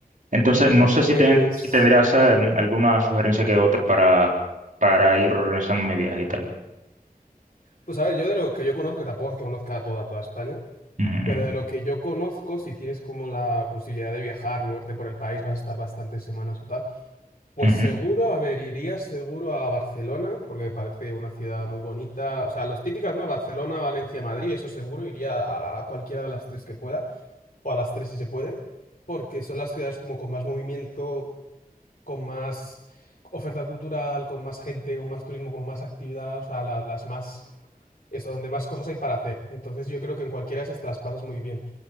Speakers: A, on the right; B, on the left.
A: Entonces, no sé
B: Pues,
A: si, ten- si tendrás eh, alguna sugerencia que otra para, para ir organizando mi viaje y tal.
B: pues a ver, yo de lo que yo conozco, que tampoco es que conozca a toda, toda España,
A: Ujú,
B: pero de lo que yo conozco, si tienes como la posibilidad de viajar, moverte por el país, vas a estar bastantes semanas o tal, pues
A: ujú,
B: seguro, a ver, irías seguro a Barcelona, porque me parece una ciudad muy bonita, o sea, los típicas, ¿no? Barcelona, Valencia, Madrid, eso seguro, iría a, a cualquiera de las tres que pueda, o a las tres si se puede, porque son las ciudades como con más movimiento. con más oferta cultural, con más gente, con más turismo, con más actividad, o sea, la- las más, eso, donde más cosas hay para hacer. Entonces yo creo que en cualquiera de esas te las pasas muy bien.